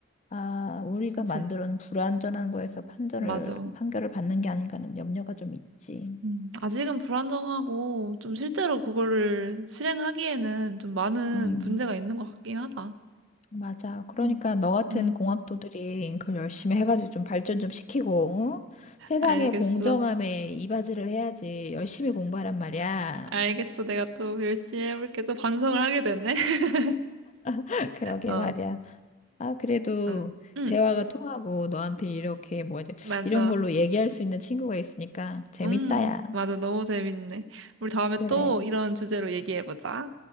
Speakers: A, on the left; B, on the right.
A: 아, 우리가
B: 그치,
A: 만들어 놓은 불완전한 거에서 판결을,
B: 맞아.
A: 판결을 받는 게 아닌가 하는 염려가 좀 있지.
B: 음, 아직은 불안정하고 좀 실제로 그거를 실행하기에는 좀 많은
A: 음.
B: 문제가 있는 것 같긴 하다.
A: 맞아. 그러니까
B: 어.
A: 너 같은
B: 음,
A: 공학도들이 그걸 열심히 해가지고 좀 발전 좀 시키고, 응? 세상의
B: 알겠어.
A: 공정함에 이바지를 해야지. 열심히 공부하란 말이야.
B: 알겠어. 내가 또 열심히 해볼게. 또 반성을 하게 되네. <laughs>
A: <laughs> 그러게
B: 어,
A: 말이야. 아, 그래도
B: 음, 음,
A: 대화가 통하고 너한테 이렇게 뭐 이제
B: 맞아.
A: 이런 걸로 얘기할 수 있는 친구가 있으니까 재밌다야.
B: 음, 맞아. 너무 재밌네. 우리 다음에
A: 그래,
B: 또 이런 주제로 얘기해보자.